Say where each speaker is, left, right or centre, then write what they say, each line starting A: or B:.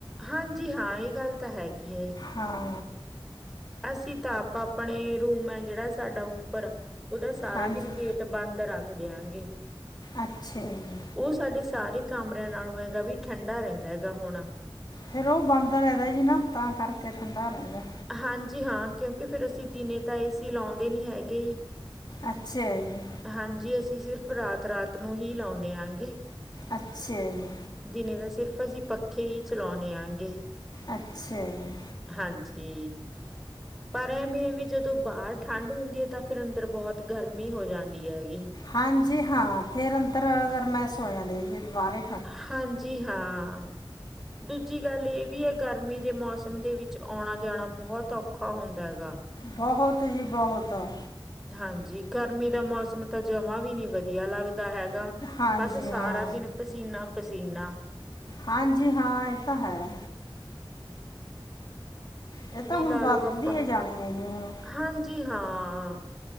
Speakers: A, in the centre; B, on the left.
A: ਹਾਂਜੀ ਹਾਂ, ਇਹ ਗੱਲ ਤਾਂ ਹੈਗੀ ਆ।
B: ਹਾਂ।
A: ਅਸੀਂ ਤਾਂ ਆਪ ਆਪਣੇ ਰੂਮ ਹੈ ਜਿਹੜਾ ਸਾਡਾ ਉੱਪਰ, ਉਹਦਾ ਸਾਰਾ
B: ਹਾਂਜੀ
A: ਦਿਨ ਗੇਟ ਬੰਦ ਰੱਖ ਦਿਆਂਗੇ।
B: ਅੱਛਾ ਜੀ।
A: ਉਹ ਸਾਡੇ ਸਾਰੇ ਕਮਰਿਆਂ ਨਾਲੋਂ, ਹੈਗਾ ਵੀ ਠੰਡਾ ਰਹਿੰਦਾ ਹੈਗਾ ਹੁਣਾ।
B: ਫੇਰ, ਉਹ ਬੰਦ ਰਹਿੰਦਾ ਜੀ ਨਾ ਤਾਂ ਕਰਕੇ ਠੰਡਾ ਰਹਿੰਦਾ।
A: ਹਾਂਜੀ, ਹਾਂ ਕਿਉਂਕਿ ਫਿਰ ਅਸੀਂ ਦਿਨੇ ਤਾਂ ਏ ਸੀ ਲਾਉਂਦੇ ਨਹੀਂ ਹੈਗੇ।
B: ਅੱਛਾ ਜੀ।
A: ਹਾਂਜੀ, ਅਸੀਂ ਸਿਰਫ਼ ਰਾਤ -ਰਾਤ ਨੂੰ ਹੀ ਲਾਉਂਦੇ ਆਗੇ।
B: ਅੱਛਾ ਜੀ।
A: ਦਿਨੇ ਤਾ ਸਿਰਫ਼, ਅਸੀਂ ਪੱਖੇ ਹੀ ਚਲਾਉਂਦੇ ਹੈਗੇ।
B: ਅੱਛਾ ਜੀ।
A: ਹਾਂਜੀ। ਪਰ, ਐਵੇਂ ਹੈ ਵੀ ਜਦੋਂ ਬਾਹਰ ਠੰਢ ਹੁੰਦੀ ਹੈ ਤਾਂ ਫਿਰ ਅੰਦਰ ਬਹੁਤ ਗਰਮੀ ਹੋ ਜਾਂਦੀ ਹੈਗੀ।
B: ਹਾਂਜੀ, ਹਾਂ ਫੇਰ ਅੰਦਰ ਗੈਰਮਾਇਸ ਹੋ ਜਾਂਦੇ ਜੀ, ਦੁਬਾਰੇ।
A: ਹਾਂਜੀ, ਹਾਂ। ਦੂਜੀ ਗੱਲ ਇਹ ਵੀ ਹੈ, ਗਰਮੀ ਦੇ ਮੌਸਮ ਦੇ ਵਿੱਚ ਆਉਣਾ ਜਾਣਾ ਬਹੁਤ ਔਖਾ ਹੁੰਦਾ ਹੇਗਾ।
B: ਬਹੁਤ ਹੀ ਬਹੁਤਾ।
A: ਹਾਂਜੀ, ਗਰਮੀ ਦਾ ਮੌਸਮ ਤਾਂ ਜਮਾ ਵੀ ਨੀ ਵਧੀ ਵਧੀਆ ਲੱਗਦਾ ਹੈਗਾ
B: ਹਾਂਜੀ
A: ਬਸ ਸਾਰਾ
B: ਹਾਂ
A: ਦਿਨ ਪਸੀਨਾ-ਪਸੀਨਾ।
B: ਹਾਂਜੀ ਹਾਂ ਇਹ ਤਾਂ ਹੈ। ਇਹ ਤਾਂ
A: ਵੀ
B: ਹੁਣ
A: ਲਾ
B: ਵੱਧਦੀ
A: ਲੋ ਆਪਾਂ
B: ਹੈ ਜਾਣੀ ਹੈ ਜੀ ਹੁਣ
A: ਹਾਂਜੀ ਹਾਂ।